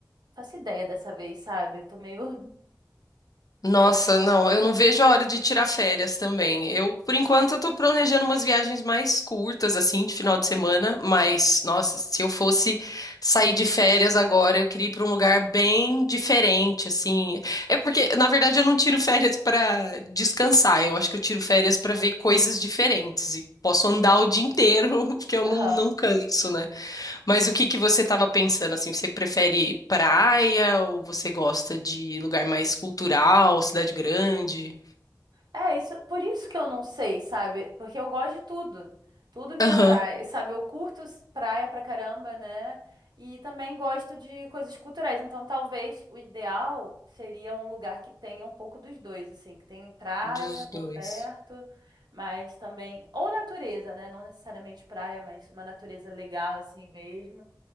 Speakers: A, on the right; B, on the left.
A: não faço ideia dessa vez, sabe? Eu tô meio
B: nossa,
A: <laughs>
B: não, eu não vejo a hora de tirar férias também. Eu, por enquanto, eu tô planejando umas viagens mais curtas, assim, de final
A: Aham.
B: de semana, mas, nossa, se eu fosse sair de férias agora, eu queria ir pra um lugar bem diferente, assim. É porque, na verdade, eu não tiro férias pra descansar, eu acho que eu tiro férias pra ver coisas diferentes e posso andar o dia inteiro, <laughs> porque eu
A: Aham.
B: não, não canso, né? Mas o que que você estava pensando assim? Você prefere praia ou você gosta de lugar mais cultural, cidade grande?
A: É, isso, por isso que eu não sei, sabe? Porque eu gosto de tudo. Tudo me
B: Aham,
A: atrai, sabe? Eu curto s- praia pra caramba, né? E também gosto de coisas culturais. Então, talvez o ideal seria um lugar que tenha um pouco dos dois, assim, que tem praia
B: dos
A: por
B: dois.
A: perto, mas também ou natureza, né? Não necessariamente praia, mas uma natureza legal assim mesmo.